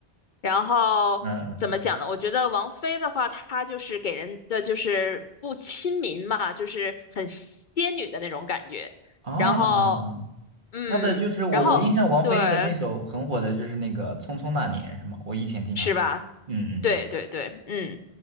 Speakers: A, on the left; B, on the right.
A: 然后怎么讲呢？
B: 嗯嗯，
A: 我觉得王菲的话，她就是给人的就是不亲民嘛，就是很仙女的那种感觉。
B: 哦嗯，
A: 然后，嗯，
B: 她的就是我我印象王菲的那首很火的就是那个《匆匆那年》是吗？
A: 然后对，
B: 我以前经常听，
A: 是吧？
B: 嗯
A: 对对对，嗯，